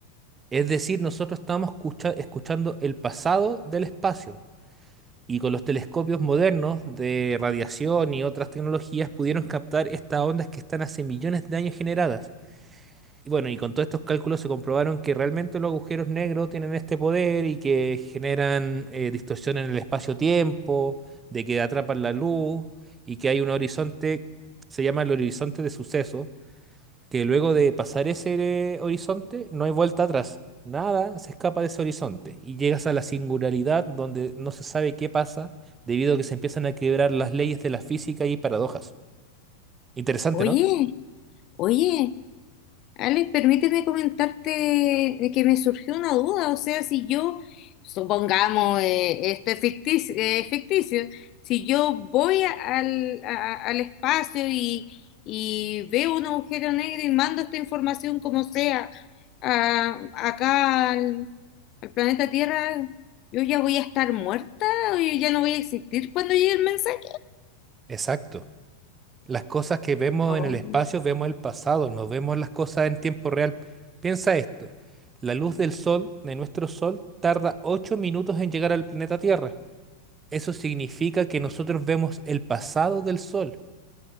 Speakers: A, on the right; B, on the left.
A: Es decir, nosotros estamos escucha- escuchando el pasado del espacio. Y con los telescopios modernos de radiación y otras tecnologías pudieron captar estas ondas que están hace millones de años generadas. Y bueno, y con todos estos cálculos se comprobaron que realmente los agujeros negros tienen este poder y que generan eh, distorsión en el espacio-tiempo, de que atrapan la luz y que hay un horizonte, se llama el horizonte de suceso que luego de pasar ese eh, horizonte no hay vuelta atrás. Nada se escapa de ese horizonte y llegas a la singularidad donde no se sabe qué pasa debido a que se empiezan a quebrar las leyes de la física y paradojas. Interesante,
B: Oye,
A: ¿no?
B: oye. Alex, permíteme comentarte que me surgió una duda, o sea, si yo, supongamos, eh, esto es ficticio, ficticio, si yo voy a- al, a- al espacio y, y veo un agujero negro y mando esta información como sea a- acá al, al planeta Tierra, ¿yo ya voy a estar muerta o yo ya no voy a existir cuando llegue el mensaje?
A: Exacto. Las cosas que vemos
B: Oh.
A: en el espacio, vemos el pasado, no vemos las cosas en tiempo real. Piensa esto. La luz del sol, de nuestro sol, tarda 8 minutos en llegar al planeta Tierra. Eso significa que nosotros vemos el pasado del sol.